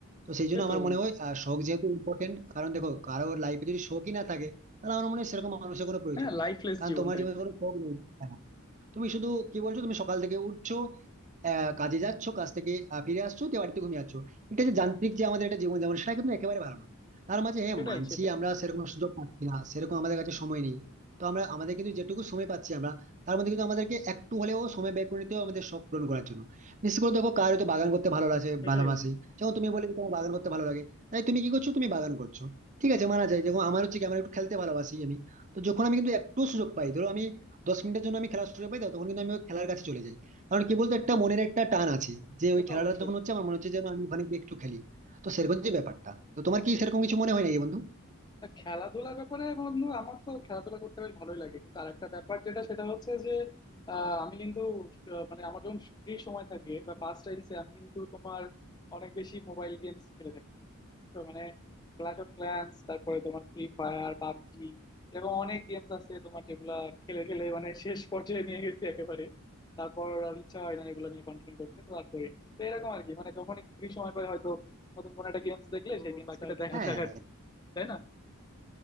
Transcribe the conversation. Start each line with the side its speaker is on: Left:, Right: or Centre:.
Right: তো সেই জন্য
Left: সে তো
Right: আমার
Left: বন্ধু
Right: মনে হয় আহ, শখ যেহেতু ইম্পর্টেন্ট কারণ দেখো কারোর লাইফে যদি শখই না থাকে তাহলে আমার মনে হয় সেরকম মানুষের কোনো প্রয়োজন
Left: হ্যাঁ
Right: নেই
Left: লাইফলেস
Right: কারণ
Left: জীবন
Right: তোমার
Left: তাইলে
Right: জীবনে কোনো শখ নেই তুমি শুধু কি বলছো তুমি সকাল থেকে উঠছো আহ কাজে যাচ্ছ কাজ থেকে আহ, ফিরে আসছো দিয়ে বাড়িতে ঘুমিয়ে যাচ্ছ এটা যে যান্ত্রিক যে আমাদের একটা জীবন যেমন সেটা কিন্তু একেবারে ভালো না তার মাঝে হ্যাঁ
Left: সেটাই
Right: মানছি
Left: সেটাই
Right: আমরা সেরকম সুযোগ পাচ্ছি না সেরকম আমাদের কাছে সময় নেই তো আমরা আমাদের কিন্তু যেটুকু সময় পাচ্ছি আমরা তার মধ্যে কিন্তু আমাদেরকে একটু হলেও সময় বের করে নিতে হবে আমাদের শখ পূরণ করার জন্য বিশেষ করে দেখো কার হয়তো বাগান করতে ভালো লাগে
Left: সেটাই
Right: ভালোবাসে
Left: বন্ধু
Right: যেমন তুমি বলে যে তোমার বাগান করতে ভালো লাগে তাই তুমি কি করছো তুমি বাগান করছো ঠিক আছে মানা যায় যেমন আমার হচ্ছে কি আমার একটু খেলতে ভালোবাসি আমি তো যখন আমি কিন্তু একটু সুযোগ পাই ধরো আমি দশ মিনিটের জন্য আমি খেলা শুরু পাই তো তখন কিন্তু আমি ওই খেলার কাছে চলে যাই কারণ কি বলতো একটা মনের একটা টান আছে যে
Left: সে
Right: ওই খেলাটা
Left: তো অবশ্যই
Right: যখন হচ্ছে আমার মনে হচ্ছে যেন আমি ওখানে গিয়ে একটু খেলি তো সেরকম যে ব্যাপারটা তো তোমার কি সেরকম কিছু মনে হয় নাকি বন্ধু
Left: না, খেলাধুলার ব্যাপারে বন্ধু আমার তো খেলাধুলা করতে বেশ ভালোই লাগে কিন্তু আরেকটা ব্যাপার যেটা সেটা হচ্ছে যে আহ, আমি কিন্তু আহ, মানে আমার যখন ফ্রি সময় থাকে বা পাস টাইমসে আমি কিন্তু তোমার অনেক বেশি মোবাইল গেমস খেলে থাকি তো মানে ক্ল্যাশ অফ ক্ল্যান্স তারপরে তোমার ফ্রি ফায়ার পাবজি এরকম অনেক গেমস আছে তোমার যেগুলা খেলে খেলে মানে শেষ পর্যায়ে নিয়ে গেছি একেবারে তারপর আর ইচ্ছা হয় না এগুলো নিয়ে কন্টিনিউ করতে তো আর করি না তো এরকম আর কি মানে যখন ফ্রি সময় পাই হয়তো নতুন কোনো একটা গেমস দেখলে ও সেই আচ্ছা গেমসটা আচ্ছা দেখা
Right: হ্যাঁ
Left: যাক আর কি তাই না